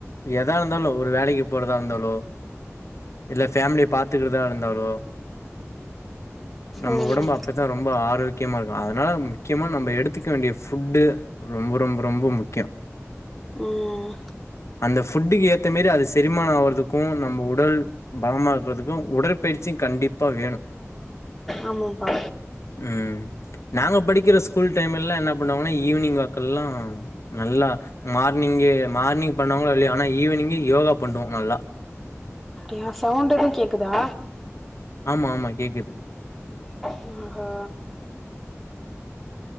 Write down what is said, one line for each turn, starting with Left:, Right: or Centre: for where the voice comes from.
Left: எதா இருந்தாலு ஒரு வேலைக்கு போறதா இருந்தாலு இல்ல ஃபேம்லிய பாத்துக்கிட்டுதா இருந்தாலு நம்ப
Centre: ம்
Left: உடம்பு அப்பதா ரொம்ப ஆரோக்கியமா இருக்கு அதனால முக்கியமா நம்ப எடுத்துக்க வேண்டிய ஃபுட்டு ரொம்ப ரொம்ப ரொம்ப முக்கிய
Centre: ம்
Left: அந்த ஃபுட்டுக்கு ஏத்த மாரி அது செரிமான ஆவறதுக்கு நம்ப உடல் பலமா இருக்குறதுக்கு உடற்பயிற்சி கண்டிப்பா வேணு
Centre: ஆமாம்பா
Left: ம் நாங்க படிக்கிற ஸ்கூல் டைமெல்லா என்ன பண்ணுவாங்கனா ஈவ்னிங் வாக்கல்லா நல்லா மார்னிங்கு மார்னிங் பண்ணமோ இல்லயோ ஆனா ஈவினிங்கு யோகா பண்டுவோ நல்லா
Centre: ஏ சவுண்ட் எதுவு கேக்குதா
Left: ஆமா ஆமா கேக்குது
Centre: ம் ஆஹா